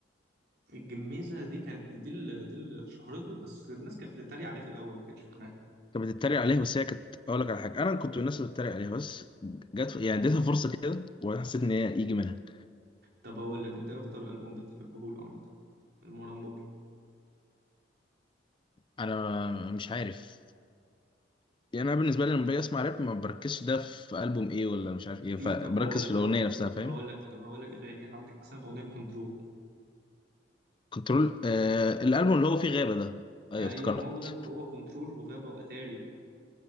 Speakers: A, on the right; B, on the left.
A: الجميزة دي كانت دي اللي دي اللي شهرته بس الناس كانت بتتريق عليها في الأول ما كانتش فاهمها
B: كانت بتتريق عليها بس هي كانت اقول لك على حاجه انا كنت من الناس اللي بتتريق عليها بس جت يعني اديتها فرصه كده وحسيت ان هي يجي منها
A: طب هقول لك أنت إيه أكتر ألبوم بتحبه له عامة المروان بابلو
B: انا مش عارف يعني انا بالنسبه لي لما باجي اسمع راب ما بركزش ده في البوم ايه ولا مش عارف ايه
A: في
B: فبركز
A: طب هقول لك
B: في الاغنيه
A: طب هقول لك
B: نفسها فاهم
A: هقول لك طب هقول لك أغاني يعني عندك مثلا أغنية كنترول
B: كنترول آه الالبوم اللي هو فيه غابه ده ايوه
A: أيوه
B: افتكرت
A: ما هو ده هو كنترول وغابة وأتاري و...